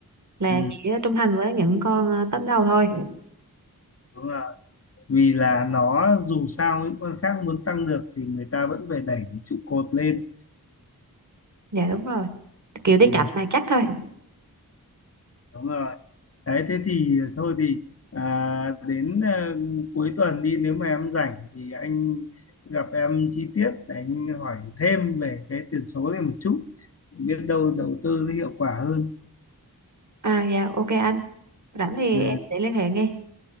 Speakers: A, on the right; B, on the left.
A: là
B: ừ,
A: chỉ trung thành với những con ờ, top đầu thôi.
B: đúng là vì là nó dù sao những con khác muốn tăng được thì người ta vẫn phải đẩy trụ cột lên
A: Dạ đúng rồi, kiểu đi
B: ừ.
A: cặp này chắc thôi.
B: đúng rồi đấy thế thì ờ, thôi thì à, đến à, cuối tuần đi nếu mà em rảnh thì anh gặp em chi tiết anh hỏi thêm về cái tiền số này một chút biết đâu đầu tư nó hiệu quả hơn
A: À dạ ok anh, rảnh thì
B: ừ.
A: em sẽ liên hệ nghe.